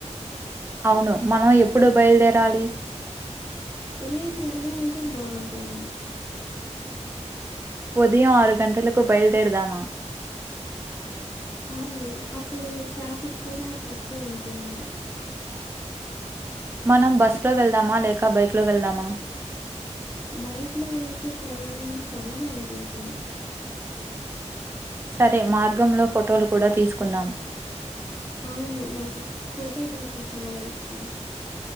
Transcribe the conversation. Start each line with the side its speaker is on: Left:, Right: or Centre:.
Right: అవును మనం ఎప్పుడు బయల్దేరాలి
Left: ఉదయం త్వరగా వెళ్తే బాగుంటుంది
Right: ఉదయం ఆరు గంటలకు బయలుదేరుదమా
Left: అవును అప్పుడు ట్రాఫిక్ కూడా తక్కువ ఉంటుంది
Right: మనం బస్సులో వెళ్దామా లేక బైక్ లో వెళ్దామా
Left: బైక్ లో వెళ్తే ప్రయాణం ఫన్ గా ఉంటుంది
Right: సరే మార్గంలో ఫొటోలు కూడా తీసుకుందం
Left: అవును నాకు ఫోటోగ్రఫీ చాలా ఇష్టం